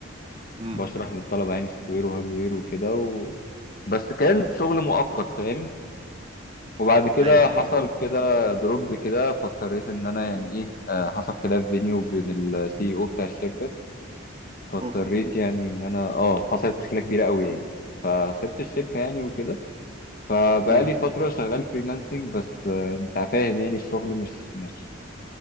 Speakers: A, on the right; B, on the left.
A: امم
B: بشرح للطلبه يعني سوفت وير وهاردوير وكده و... بس كان شغل مؤقت فاهم وبعد كده
A: ايوه
B: حصل
A: ايوه فاهم
B: كده دروب كده فاضطريت ان انا يعني ايه آه، حصل خلاف بيني وبين السي او بتاع الشركه فاضطريت
A: اوف
B: يعني ان انا اه حصلت مشكله كبيره قوي يعني فسبت الشركه يعني وكده فبقالي
A: امم
B: فترة شغال فريلانسنج بس آه، انت فاهم يعني الشغل مش مش